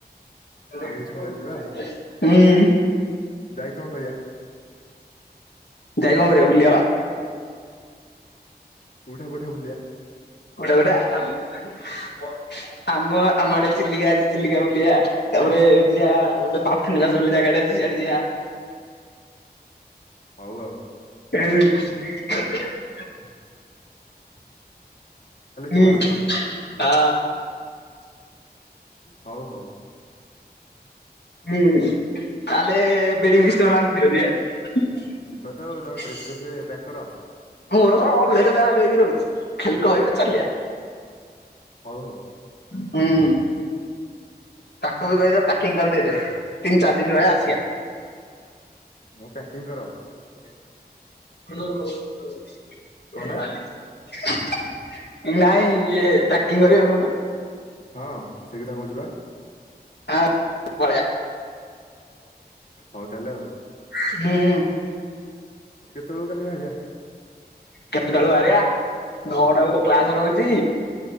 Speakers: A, on the left (about 80°); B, on the left (about 55°).
A: ହୁଁ
B: ଆମେ ଏଇ ସୋମବାର ଯିବା
A: ଉଁ
B: ଯାଇ କଣ କରିବା
A: ଯାଇ କଣ କରିବା ବୁଲିବା ବା।
B: କୋଉଠା କୋଉଠା ବୁଲିବା
A: ଗୋଟେ <unintelligible> ଆମ ଆମ ଆଡେ ଚିଲିକା ଅଛି, ଚିଲିକା ବୁଲଆ। ତାପରେ ଯିଆ ଗୋଟେ ପାଠ ନିବାସ ବୋଲି ଜାଗାଟେ ଅଛି ସିଆଡେ ଯିବା।
B: ହଉ ଆଉ!
A: ହ <inaudible>
B: ହୁଁ <inaudible>
A: ଉଁ
B: ଯିବା ଆଉ କଣ
A: <inaudible> ଆ
B: ହଉ ହଉ
A: ହୁଁ ତାହେଲେ ବିଡିଙ୍ଗ ଧତି ଅାର <unintelligible>
B: ଯିବା ତ ଆଉ ତମେ ଡ୍ରେସ ଫ୍ରେସ ପ୍ୟାକ୍ କର।
A: ମୋର ଅଲରେଡି ପ୍ୟାକ ହେଇକି ରହୁଛି ଖାଲି କହିବି ଚାଲିଆ।
B: ହଉ ହଉ।
A: ହୁଁ ତାଙ୍କୁ ବି କହିଦେବେ ପ୍ୟାକିଂ କରିଦେଇଦେବେ। ତିନି ଚାରି ଦିନ ରହିବା ଆସିବା
B: ହ ପ୍ୟାକିଂ କର। <unintelligible>
A: ହ ହ <inaudible> ହ <unintelligible>
B: କଣଟା
A: ନାଇଁ ଇଏ ପ୍ୟାକିଂ କରିବାକୁ କହୁନ।
B: ହଁ ସେଇ କଥା କହୁଛି ବା।
A: ଆ ପଲେଇଆ।
B: ହଉ ତାହେଲେ ଆଉ।
A: ହୁଁ ହ।
B: କେତେବେଳକୁ କାଲି ବାହାରିବା?
A: କେତେଟା ବେଳକୁ ବାହାରିଆ? ନଅ
B: ହଁ
A: ଟାକୁ ତ କ୍ଲାସ ରହୁଛି।